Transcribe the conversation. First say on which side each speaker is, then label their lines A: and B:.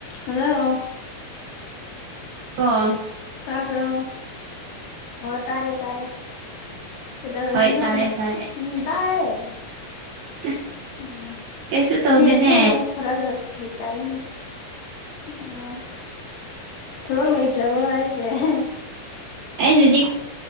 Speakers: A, on the left; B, on the right.
A: hello
B: <unintelligible>
A: ꯇꯥꯕ꯭ꯔꯣ ꯑꯣ ꯇꯥꯔꯦ ꯇꯥꯔꯦ ꯀꯩꯗꯔꯝꯃꯤꯅꯣ
B: ꯍꯣꯏ ꯇꯥꯔꯦ ꯇꯥꯔꯦ
A: ꯎꯝ
B: ꯑꯁ
A: ꯇꯥꯏꯌꯦ
B: <unintelligible>
A: ꯎꯝ
B: ꯀꯩꯁꯨ ꯇꯧꯗꯦꯅꯦ
A: ꯅꯦꯠꯁꯦ ꯑꯃꯨꯛ <unintelligible> ꯍꯦꯛ ꯇꯥꯏꯅꯦ ꯑ ꯊꯕꯛ ꯂꯩꯇ꯭ꯔꯕꯣ ꯍꯥꯏꯖꯦ <unintelligible>
B: ꯑꯩꯗꯨꯗꯤ